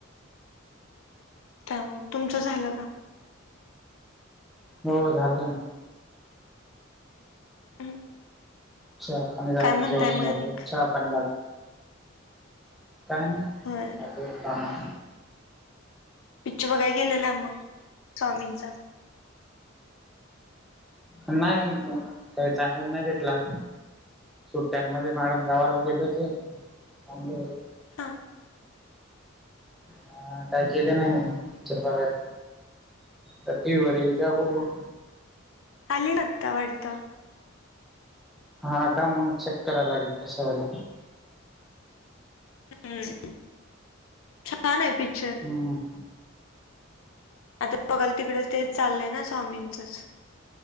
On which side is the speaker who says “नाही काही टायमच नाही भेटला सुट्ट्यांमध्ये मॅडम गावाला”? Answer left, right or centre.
Centre